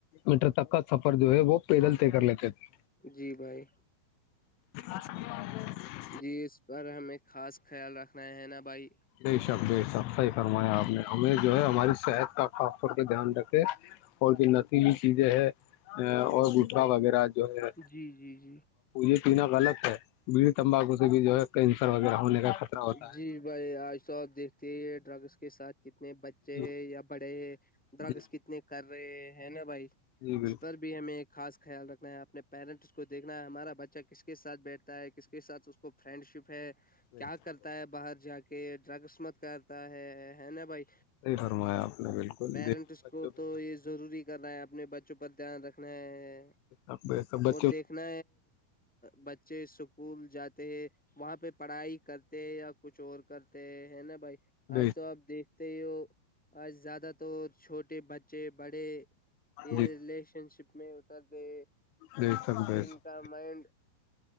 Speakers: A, on the left; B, in the centre.
A: میٹر تک کا سفر جو ہے وہ پیدل طے کر لیتے تھے
B: جی بھائی
A: آس آ
B: جی اس پر ہمیں خاص خیال رکھنا ہے نا بھائی
A: نہیں شب صحی فرمایا آپ نے ہمیں جو ہے ہماری صحت کا خاص طور پہ دھیان رکھے اور کہ نسلی چیزیں ہے اور گٹا وغیرہ جو ہے
B: جی جی جی
A: یہ پینا غلط ہے بیڑی تمباکو سے بھی جو ہے کینسر وغیرہ ہونے کا خطرہ ہوتا
B: جی
A: ہے
B: بھائی آج تو آپ دیکھتے ہیں ڈرگس کے ساتھ کتنے ب بچے
A: جی
B: ہے یا بڑے ہیں ڈرگس
A: جی
B: کتنے کر رہے ہیں نا بھائی
A: جی بالکل
B: اس پر بھی ہمیں ایک خاص خیال رکھنا ہے آ اپنے پیرنٹس کو دیکھنا ہے ہمارا بچہ کس کے سھ بیٹھ کس کے ساتھ اس کو فرینڈ شپ ہے
A: صحیح صحیح
B: تا ہے باہر جا کے ڈرگس مت کرتا ہے ہے نا بھائی
A: فرمایا آپ نے بالکل
B: پیرنٹس
A: دیکھیے بچوں
B: کو
A: پہ
B: تو
A: دھیان
B: یہ ضروری کرنا ہے اپنے بچوں پر دھیان رکھنا ہے
A: آپ ب بچ
B: اور دیکھنا بچے اسکول جاتے ہیں وہاں پہ پڑھائی کرتے یا کچھ اور کرتے ہے نا بھائی
A: بے
B: آج تو آپ دیک ت آج زیادہ تور چھوٹے بچے بڑے یہ
A: جی
B: ریلیشن شپ میں اترتے
A: بے شک
B: پھر
A: بے
B: ان
A: شک
B: کا مائڈ